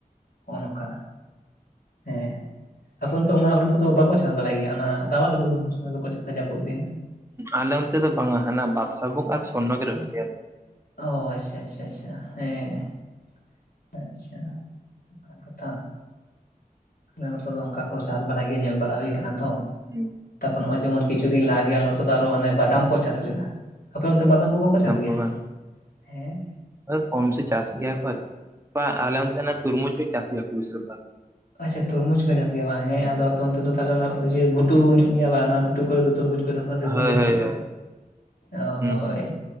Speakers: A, on the left; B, on the right.
A: ᱦᱚᱸᱜ ᱚ ᱱᱚᱝᱠᱟ ᱦᱮᱸ᱾ ᱮᱠᱷᱚᱱ ᱛᱚ ᱚᱱᱟ ᱦᱩᱲᱩ ᱠᱚᱫᱚ ᱵᱟᱠᱚ ᱪᱟᱥ ᱵᱟᱲᱟᱭ ᱜᱮᱭᱟ ᱚᱱᱟ ᱨᱟᱣᱟᱞ ᱦᱩᱲᱩ ᱫᱚᱠᱚ ᱪᱟᱥᱟ ᱡᱟᱹᱯᱩᱫ ᱫᱤᱱ᱾
B: ᱟᱞᱮ ᱚᱱᱛᱮ ᱫᱚ ᱵᱟᱝ-ᱟ ᱦᱟᱱᱟ ᱵᱟᱨᱥᱟ ᱵᱩᱠ ᱟᱨ ᱥᱚᱨᱱᱚ ᱞᱮ ᱨᱚᱦᱚᱭ ᱜᱮᱭᱟ᱾
A: ᱚ ᱟᱪᱪᱷᱟ ᱟᱪᱪᱷᱟ ᱟᱪᱪᱷᱟ ᱦᱮᱸ᱾ ᱟᱪᱪᱷᱟ ᱚᱝᱠᱟᱱ ᱠᱟᱛᱷᱟ᱾ ᱟᱞᱮ ᱱᱚᱛᱮ ᱫᱚ ᱚᱝᱠᱟ ᱠᱚ ᱪᱟᱥ ᱵᱟᱲᱟᱭ ᱜᱮᱭᱟ ᱧᱮᱞ ᱵᱟᱲᱟ ᱦᱩᱭ ᱠᱟᱱᱟ ᱛᱚ
B: ᱟᱨᱠᱤ
A: ᱛᱟᱯᱚᱨ ᱱᱚᱜᱚᱭ ᱡᱮᱢᱚᱱ ᱠᱤᱪᱷᱩ ᱫᱤᱱ ᱞᱟᱦᱟ ᱜᱮ ᱟᱞᱮ ᱱᱚᱛᱮ ᱫᱚ ᱟᱨᱚ ᱦᱟᱱᱮ ᱵᱟᱫᱟᱢ ᱠᱚ ᱪᱟᱥ ᱞᱮᱫᱟ᱾ ᱟᱯᱮ ᱚᱱᱛᱮ ᱵᱟᱫᱟᱢ ᱠᱚ ᱵᱟᱠᱚ ᱪᱟᱥ ᱜᱮᱭᱟ
B: ᱠᱚ ᱵᱟᱝ
A: ᱦᱮᱸ?
B: ᱠᱚᱢ ᱥᱮ ᱪᱟᱥ ᱜᱮᱭᱟ ᱠᱚ ᱟᱨᱠᱤ ᱵᱟ ᱟᱞᱮ ᱚᱱᱛᱮ ᱱᱟᱜ ᱛᱩᱨᱢᱩᱡᱽ ᱠᱚ ᱪᱟᱥ ᱜᱮᱭᱟ ᱠᱚ ᱵᱤᱥᱤᱨ ᱵᱷᱟᱜ᱾
A: ᱟᱪᱪᱷᱟ ᱛᱩᱨᱢᱩᱡᱽ ᱠᱚ ᱪᱟᱥ ᱜᱮᱭᱟ ᱵᱟᱝ ᱦᱮᱸ ᱟᱫᱚ ᱟᱯᱮ ᱚᱱᱛᱮ ᱫᱚ ᱛᱟᱦᱚᱞᱮ ᱚᱱᱟ ᱤᱭᱟᱹ ᱜᱷᱩᱴᱩ ᱧᱚᱜ ᱜᱮᱭᱟ ᱵᱟᱝ ᱚᱱᱟ ᱜᱷᱩᱴᱩ ᱠᱚᱨᱮ ᱫᱚ ᱛᱩᱨᱢᱩᱡᱽ ᱛᱩᱫᱟᱠᱚ ᱥᱤᱛᱩᱝ
B: ᱦᱳᱭ
A: ᱫᱤᱱ
B: ᱦᱳᱭ
A: ᱥᱮᱪᱮᱫ
B: ᱦᱳᱭ
A: ᱚ
B: ᱦᱩᱸ
A: ᱦᱳᱭ᱾